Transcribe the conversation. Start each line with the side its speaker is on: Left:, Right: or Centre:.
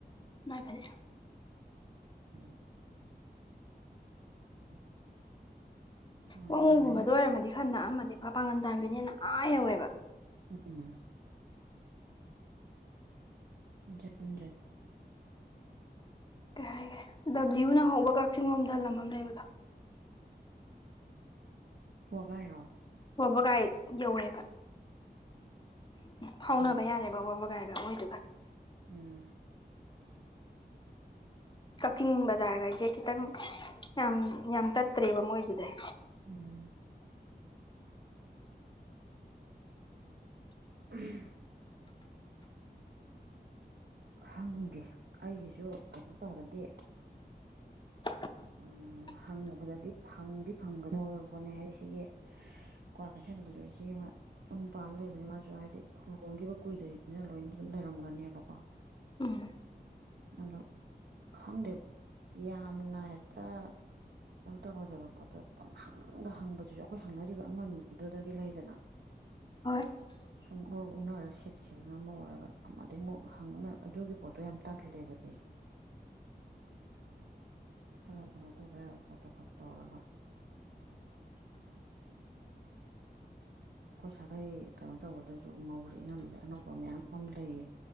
Left: ꯃꯥꯏ ꯐꯅꯦꯛ
Right: ꯎꯝ <inaudible> ꯃꯥꯅꯦ
Left: ꯋꯥꯉꯨꯒꯨꯝꯕꯗ
Right: ꯑꯗꯨꯃꯥꯏꯅ
Left: ꯑꯣꯏꯔꯝꯃꯗꯤ ꯈꯔ ꯅꯛꯑꯝꯃꯗꯤ ꯐꯥ ꯄꯥꯉꯟꯇꯥꯕꯤꯅꯤꯅ ꯑꯥ ꯌꯧꯋꯦꯕ
Right: ꯎꯝ ꯖꯨꯟꯖꯨꯟ
Left: ꯀꯩ ꯍꯥꯏꯒꯔꯦ ꯗꯕ꯭ꯂꯤꯌꯨꯅ ꯍꯧꯕ ꯀꯛꯆꯤꯡ ꯂꯣꯝꯗ ꯂꯝ ꯑꯝ ꯂꯩꯕꯗꯣ
Right: ꯋꯒꯥꯏꯔꯣ
Left: ꯋꯕꯒꯥꯏ ꯌꯧꯔꯦꯕ ꯐꯥꯎꯅꯕ
Right: ꯎꯝ
Left: ꯌꯥꯔꯦꯕ ꯋꯕꯒꯥꯏꯒ ꯃꯣꯏꯗꯨꯒ
Right: ꯎꯝ
Left: ꯀꯛꯆꯤꯡ ꯕꯖꯥꯔꯒꯩꯁꯦ ꯈꯤꯇꯪ ꯌꯥꯝ ꯌꯥꯝ ꯆꯠꯇ꯭ꯔꯦꯕ ꯃꯣꯏꯗꯨꯗꯩ
Right: ꯎꯝ <unintelligible> ꯈꯪꯗꯦ ꯑꯩꯒꯤꯁꯨ ꯀꯩꯅꯣ ꯇꯧꯔꯗꯤ
Left: <unintelligible>
Right: ꯎꯝ ꯍꯪꯉꯨꯕꯗꯗꯤ ꯐꯪꯗꯤ ꯐꯪꯒꯗꯧꯔꯕꯣꯅꯦ ꯍꯥꯏꯗꯤ ꯁꯤꯒꯤ ꯀ꯭ꯋꯥꯀꯩꯊꯦꯟꯗꯁꯨ ꯏꯆꯦ ꯑꯃ ꯌꯨꯝ ꯄꯥꯜꯂ ꯂꯩꯕꯅꯤ ꯃꯥꯁꯨ ꯍꯥꯏꯗꯤ ꯂꯨꯍꯣꯡꯈꯤꯕ ꯀꯨꯏꯗ꯭ꯔꯤꯃꯤꯅ ꯂꯣꯏ ꯑꯗꯨꯝ ꯂꯩꯔꯝꯒꯅꯤꯕꯀꯣ
Left: ꯎꯝ
Right: ꯑꯗꯣ ꯈꯪꯗꯦ ꯌꯥꯝꯅ ꯍꯦꯛꯇ ꯀꯩꯅꯣ ꯇꯧꯔꯣꯏꯗꯕ ꯄꯣꯠꯇ ꯄꯪ ꯍꯪꯗ ꯍꯪꯕꯗꯨꯁꯨ ꯑꯩꯈꯣꯏ ꯍꯪꯅꯔꯤꯕ ꯑꯃꯅꯤꯗꯨꯗꯒꯤ ꯂꯩꯗꯅ
Left: ꯍꯣꯏ
Right: ꯁꯨꯝ ꯎꯔ ꯎꯛꯅꯔꯒ ꯁꯦꯠꯈꯤꯕꯗꯨꯅ ꯑꯃ ꯑꯣꯏꯔꯒ ꯑꯃꯗꯩꯃꯨꯛ ꯍꯪ ꯑꯃ ꯑꯗꯨꯒꯤ ꯄꯣꯠꯇꯣ ꯌꯥꯝ ꯇꯜꯂꯦꯕ ꯑꯩ ꯈꯔ ꯀꯩꯅꯣ ꯇꯧꯕ ꯌꯥꯕ ꯄꯣꯠꯇꯣ ꯈꯛ ꯇꯧꯔꯒ ꯑꯩꯈꯣꯏ ꯁꯥꯈꯩ ꯀꯩꯅꯣ ꯇꯧꯕꯗꯁꯨ ꯃꯧꯁꯦ ꯏꯅꯝꯕꯁꯦ ꯑꯅꯧꯕ ꯃꯌꯥꯝ ꯑꯃ ꯂꯩꯌꯦ